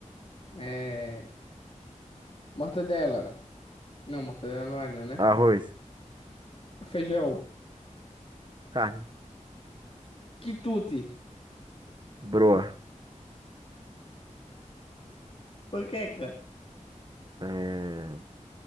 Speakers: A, on the left; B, on the right.
A: É mortadela. Não, mortadela não é não, né?
B: arroz,
A: Feijão.
B: carne,
A: Quitute.
B: broa,
A: Panqueca.
B: é,